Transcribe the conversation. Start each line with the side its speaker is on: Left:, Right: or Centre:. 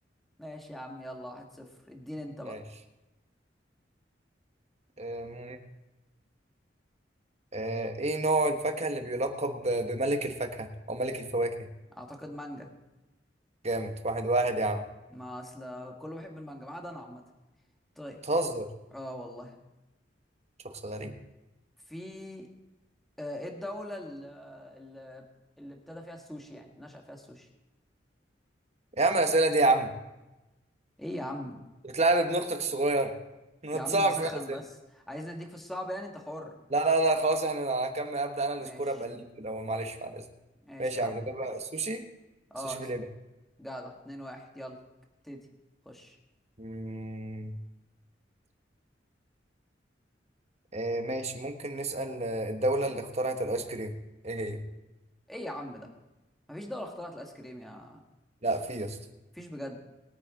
Centre: ماشي يا عم يلا واحد صفر اديني انت بقى
Right: ماشي أم، آه، ايه نوع الفاكهه اللي بيلقب ب- بملك الفاكهه او ملك الفواكه
Centre: اعتقد مانجا
Right: جامد واحد واحد يا عم
Centre: ما اصل كله بيحب المانجا ما عدا انا عامه طيب
Right: بتهزر
Centre: اه والله
Right: شخص غريب
Centre: في آه، ايه الدولة اللي اللي اللي ابتدى فيها السوشي يعني نشأ فيها السوشي
Right: يا عم الاسئله دي يا عم
Centre: ايه يا عم
Right: بتلعب ابن اختك الصغير <laughs> ما
Centre: يا
Right: تصعبش
Centre: عم بسخن
Right: بقى الاسئله
Centre: بس عايز نديك في الصعب يعني انت حر
Right: لا لا لا خلاص احنا انا هكمل ابدا انا السكور
Centre: ماشي
Right: ابقى ليك كده معلش بعد اذنك
Centre: ماشي
Right: ماشي
Centre: يا
Right: يا
Centre: عم
Right: عم نجيبها السوشي
Centre: اه
Right: السوشي في اليابان
Centre: جدع اتنين واحد يلا ابتدي خش
Right: مم، آه ماشي ممكن نسال آه، الدوله اللي اخترعت الايس كريم ايه هي
Centre: ايه يا عم ده مفيش دولة اخترعت الايس كريم يا
Right: لا في يا اسطى
Centre: مفيش بجد